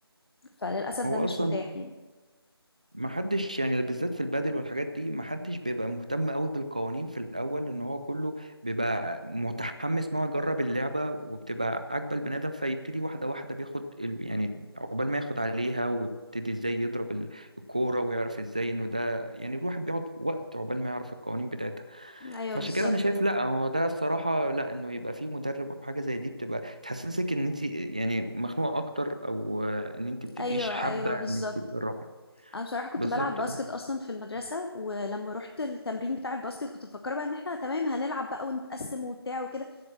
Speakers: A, on the left; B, on the right.
A: فللاسف
B: هو
A: ده مش
B: اصلا
A: متاح يعني
B: ما حدش يعني بالذات في البادل والحاجات دي ما حدش بيبقى مهتم قوي بالقوانين في الاول ان هو كله بيبقى متحمس ان هو يجرب اللعبه وبتبقى عاجبه البني ادم فيبتدي واحده واحده بياخد ال- يعني عقبال ما ياخد عليها ويبتدي ازاي يضرب ال- الكوره ويعرف ازاي انه ده يعني الواحد بيقعد وقت عقبال ما يعرف القوانين بتاعتها
A: ايوه
B: فعشان
A: بالظبط
B: كده انا شايف لا هو ده الصراحه لا انه يبقى فيه مدرب وحاجه زي دي بتبقى تحسسك ان انت يعني مخنوقه اكتر او ان انت بتبقيش
A: ايوه
B: حابه
A: ايوه بالظبط
B: ان انت تجربي
A: انا بصراحه كنت
B: بالظبط
A: بلعب باسكت
B: اه
A: اصلا في المدرسه ولما رحت التمرين بتاع الباسكت كنت مفكره بقى ان احنا تمام هنلعب بقى ونتقسم وبتاع وكده